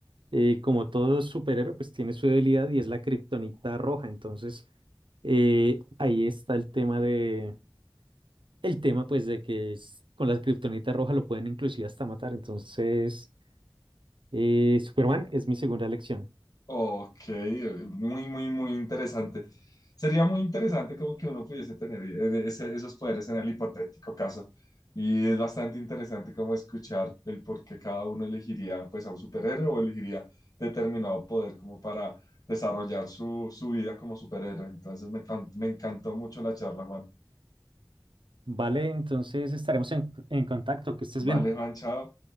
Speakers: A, on the right; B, on the left.
A: eh, como todo superhéroe, pues tiene su debilidad y es la kriptonita roja. Entonces eh, ahí está el tema de, el tema pues de que es- con la kriptonita roja lo pueden inclusive hasta matar. Entonces eh, Superman es mi segunda elección.
B: Ok, muy, muy, muy interesante. Sería muy interesante como que uno pudiese tener eh, ese- esos poderes en el hipotético caso. Y es bastante interesante como escuchar el por qué cada uno elegiría pues a un superhéroe o elegiría determinado poder como para desarrollar su, su vida como superhéroe. Entonces me, can- me encantó mucho la charla, Juan.
A: Vale, entonces estaremos en, en contacto. Que estés
B: Vale,
A: bien.
B: Juan, chao.